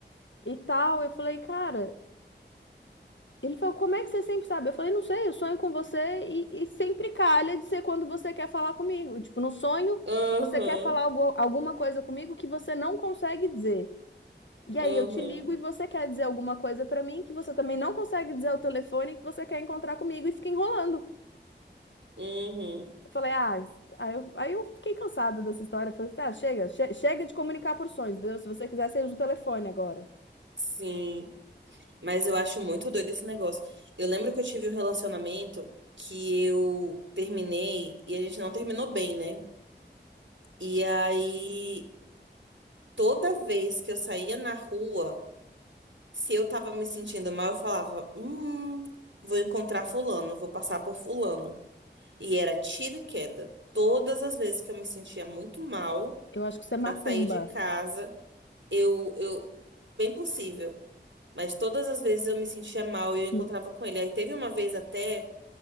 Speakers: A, on the left (about 85°); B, on the right (about 85°).
A: e tal. Eu falei: Cara, ele falou: Como é que você sempre sabe? Eu falei: Não sei, eu sonho com você e, e sempre calha de ser quando você quer falar comigo. Tipo, no sonho,
B: aham,
A: você quer falar algo, alguma coisa comigo que você não consegue dizer. E aí
B: aham,
A: eu te ligo e você quer dizer alguma coisa pra mim que você também não consegue dizer ao telefone e que você quer encontrar comigo e fica enrolando.
B: uhum,
A: Eu falei, ah, aí eu, aí eu fiquei cansada dessa história. Eu falei, assim, ah, chega, che- chega de comunicar por sonhos, entendeu? Se você quiser, você usa o telefone agora.
B: sim. Mas eu acho muito doido esse negócio. Eu lembro que eu tive um relacionamento que eu terminei e a gente não terminou bem, né? E aí, toda vez que eu saía na rua, se eu tava me sentindo mal, eu falava: Hum, vou encontrar fulano, vou passar por fulano. E era tiro e queda. Todas as vezes que eu me sentia muito mal
A: Eu acho que isso é
B: pra
A: macumba.
B: sair de casa, eu, eu, bem possível, mas todas as vezes eu me sentia mal e eu encontrava
A: Hum.
B: com ele. Aí teve uma vez até